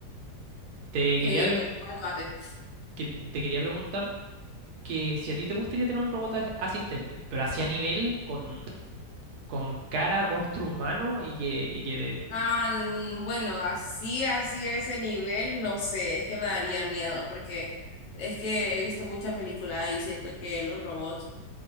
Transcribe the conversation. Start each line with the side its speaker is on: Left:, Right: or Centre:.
Right: Te
Left: Eh,
Right: quería, pre-
Left: ¿cuál mate?
Right: que- te quería preguntar que si a ti te gustaría tener un robot as- asistente, pero así a nivel con, con cara, rostro humano y que, y que, de-
Left: Ah, mm, bueno, así, así a ese nivel, no sé, es que me daría miedo porque es que he visto muchas películas y siento que los robots